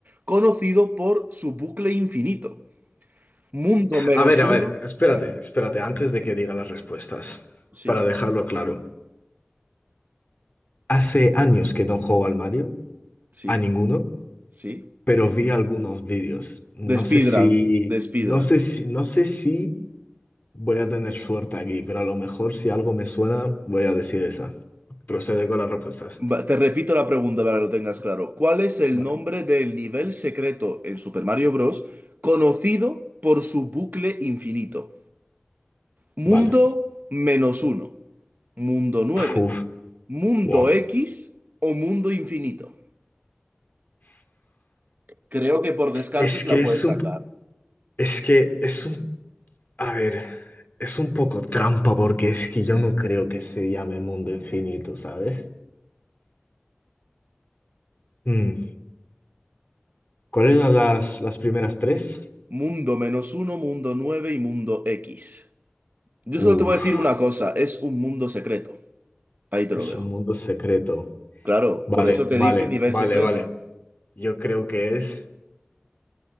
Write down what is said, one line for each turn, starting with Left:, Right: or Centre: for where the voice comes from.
Right: conocido por su bucle infinito? Mundo menos
Left: A ver, a
Right: uno.
Left: ver, espérate,
Right: Dime.
Left: espérate, antes de que diga las respuestas,
Right: Sí.
Left: para dejarlo claro. Hace años que no juego al Mario,
Right: Sí,
Left: a ninguno.
Right: sí.
Left: pero vi algunos vídeos. No
Right: De speedrun,
Left: sé si,
Right: de speedrun.
Left: no sé si, no sé si voy a tener suerte aquí, pero a lo mejor si algo me suena, voy a decir esa. Procede con las respuestas.
Right: Va, Te repito la pregunta para que lo tengas claro. ¿Cuál es el
Left: Vale.
Right: nombre del nivel secreto en Super Mario Bros. conocido por su bucle infinito? Mundo
Left: Vale.
Right: menos uno, mundo nueve,
Left: Uf,
Right: mundo
Left: wow.
Right: X o mundo infinito. Creo que por descartes
Left: Es que
Right: la puedes
Left: es un,
Right: sacar.
Left: es que es un, a ver, es un poco trampa porque es que yo no creo que se llame mundo infinito, ¿sabes? Mm, ¿Cuáles eran las, las primeras tres?
Right: Mundo menos uno, mundo nueve y mundo X. Yo
Left: Uf,
Right: solo te voy a decir una cosa, es un mundo secreto. Ahí te
Left: es
Right: lo dejo.
Left: un mundo secreto.
Right: Claro,
Left: Vale,
Right: por eso te
Left: vale,
Right: dice nivel
Left: vale,
Right: secreto.
Left: vale. Yo creo que es